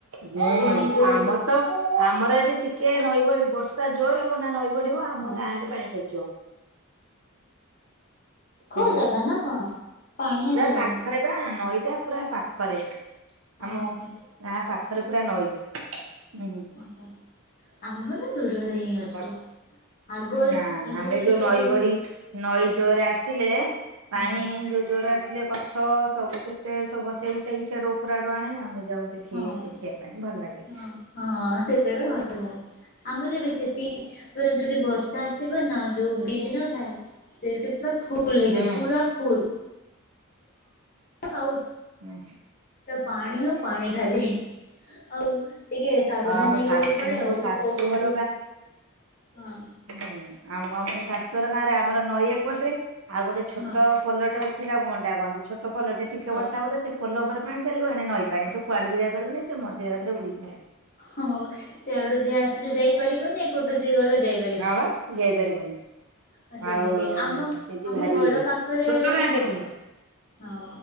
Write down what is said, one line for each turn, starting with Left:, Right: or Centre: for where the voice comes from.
Right: ହୁଁ
Left: ପୁଣି ଯୋଉ
Right: ଆମର ତ ଆମର ଏଦି ଟିକିଏ ନଈବଢି ବର୍ଷା ଜୋର ହବ ନା ନଈ। ବଢିବ ଆମ
Left: ହଁ
Right: ଗାଁରେ ପାଣି ପଶିଯିବ।
Left: ଖୋ
Right: ହୁଁ ହୁଁ
Left: ଜାଗା ନା କଣ? ପାଣିଆ ଜାଗା
Right: ପାଖରେ
Left: ନା
Right: ପୁରା ନଈଟା ପୁରା ପାଖରେ ଆମ
Left: ଓହୋ
Right: ଗାଁ ପାଖରେ ପୁରା ନଈ। ହୁଁ
Left: ଓହୋ ଆମର ଦୂରରେ ହିଁ।
Right: ବର୍ଷ
Left: ଆଗ
Right: ନା
Left: ଏ
Right: ଆମେ
Left: ଯୋଉ ଯୋଉ
Right: ନଈ ବଡି ନଈ ଜୋରରେ ଆସିଲେ।
Left: ହଁ
Right: ପାଣି ଯୋଉ ଜୋରରେ ଆସିଲେକ ଛ ସବୁ କେତେ ସବୁ ସେଆଡୁ ଉପର ଆଡୁ ଆଣେ ଆମେ ଯାଉଚୁ। ଦେଖି
Left: ହଁ।
Right: ଦେଖିବା ପାଇଁ ଭଲ ଲାଗେ।
Left: ହଁ ହଁ ସେତେବେଳେ ଭଲ ଲାଗେ। ଆମର ବି ସେଠିପ ଯଦି ବର୍ଷା ଆସିଥିବ ନା ଯୋଉ ବ୍ରିଜ ନଥାଏ ସେଇଠି ପୁରା ଫୁଲ୍ ହେଇଯିବ
Right: ହୁଁ
Left: ପୁରା ଫୁଲ୍। ଆଉ
Right: ହୁଁ
Left: ପାଣି ହ ପାଣି ଖାଲି ଆଉ ଟିକିଏ ସାବଧାନ
Right: ଆଉ ଆମ
Left: ହେଇକି
Right: ଶାଶୁ
Left: ରହିବାକୁ ପଡେ
Right: ମୋ
Left: ଆଉ
Right: ଶାଶୁଘର
Left: କୋଉ ପଟୁ ହଁ।
Right: ହୁଁ ଆମମୋଶାଶୁଘର ଗାଁ ରେ ଆମର ନଈ ଏପଟରେ ଆଉ ଗୋଟେ ଛୋଟ
Left: ହଁ
Right: ପୋଲଟେଅଛି ସେଟା କୁଗଣ୍ଡା କହନ୍ତି। ଛୋଟୋ ପୋଲୋଟେ ଟିକିଏବର୍ଷା
Left: ହଁ
Right: ହବ ସେ ପୋଲ ଉପରେ ପାଣି ଚାଲିବ। ଏଣେ ନଈ ପାଣି
Left: ହଁ
Right: ସେ କୁଆଡେ ବି ଯାଇପାରିବୁନି ସେ ମଝିରାତ୍ରିରେ ବୁଡିକି ଥାଏ।
Left: ହଁ ସିଆଡୁ ଯିଏ ଆସିଲେ ଯାଇପାରିବନି ଏପଟୁ ଯିଏ ଗଲେ ଯାଇ
Right: ନାଁ ବା ଯାଇପାରିବୁନି।
Left: ହଁ ସେମିତି
Right: ଆଉ
Left: ଆମ
Right: ସେଠି
Left: ଆମ
Right: ଭାରି
Left: ଘର
Right: ଇଏ
Left: ପାଖରେ
Right: ଛୋଟ ଗାଁଟେ
Left: ହଁ।
Right: ପୁଣି।
Left: ହଁ